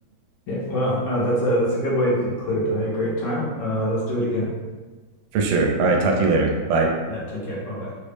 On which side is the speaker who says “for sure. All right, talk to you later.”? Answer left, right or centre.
Right